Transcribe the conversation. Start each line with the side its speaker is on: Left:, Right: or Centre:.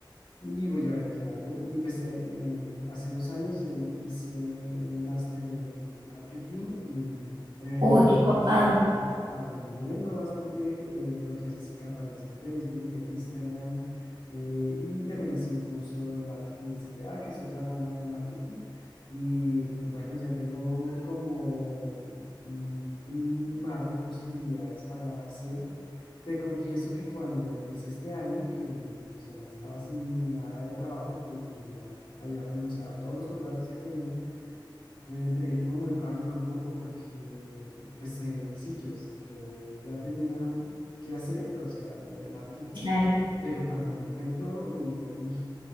Left: y voy a ver qué hago. Y pues eh, eh, hace dos años eh, hice un máster en, en marketing y he venido
Right: Uy, qué copado,
Left: como aprendiendo bastante eh, lo que es hacer campañas en Facebook, en Instagram. eh, y también hice un curso de marketing de CPA, que es otra rama del marketing. Y bueno, ya tengo como mm, un mar de posibilidades para hacer te confieso que cuando empecé este año, que pues ya estaba sin nada de trabajo, que, que ya había renunciado a todos los contratos que tenía, eh, entré como en pánico un poco porque, pues eh, sí, yo, yo ya tenía que hacer, o sea, lo de marketing,
Right: claro.
Left: pero cuando me enfrento y digo, uy,